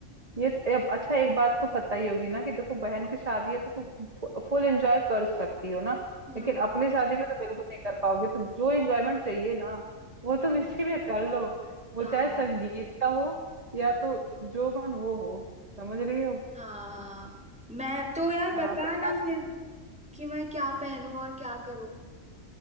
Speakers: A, on the right (about 30°); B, in the centre.
A: ये तो, अब अच्छा एक बात तो पता ही होगी ना कि देखो बहन की शादी है तो तू फुल एंजॉय कर सकती हो ना
B: हम्म
A: लेकिन अपनी शादी में तो बिल्कुल नहीं कर पाओगे तो जो एंजॉयमेंट चाहिए ना वो तुम इसी में कर लो वो
B: <laughs>
A: चाहे
B: हाँ
A: संगीत का हो या तो जो मन वो हो समझ रही हो
B: हाँ हाँ मैं तो यार
A: हाँ
B: बता
A: तो क्या
B: ना फिर कि मैं क्या पहनूं और क्या करूं